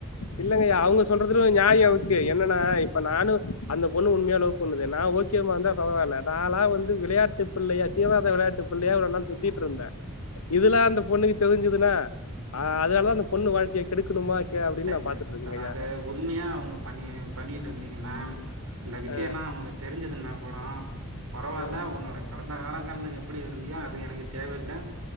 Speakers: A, on the left; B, on the right.
A: இல்லங்கையா அவுங்க சொல்றதிலு ஒரு நியாயோ வுக்கு என்னன்னா இப்ப நானு அந்த பொண்ணு உண்மையா லவ் பண்ணுது நா ஓகேமாந்தா பரவால்ல நால்லா வந்து விளையாட்டு பிள்ளையா தீராத விளையாட்டு பிள்ளையா ஒரு நாள் சுத்திட்டுருந்தே இதுல்லா அந்த பொண்ணுக்கு தெரிஞ்சதுன்னா அதலாத அந்த பொண்ணு வாழ்க்கைய கெடுக்கணுமா த அப்டின்னு
B: <unintelligible>
A: பாத்துட்டு இருக்கேங்க
B: அதாது
A: ஐயா
B: ஒ உண்மையா அவங்க பண்ணி பண்ணிட்டு இருந்தீங்கன்னா இந்த விஷயல்லா
A: ஆ
B: அவங்களுக்கு தெரிஞ்சதுன்னா கூடோ பரவாயில்ல
A: ஆ
B: உன்னோட கடந்த காலங்கள்ல எப்டி இருந்தியோ அது எனக்கு தேவயில்ல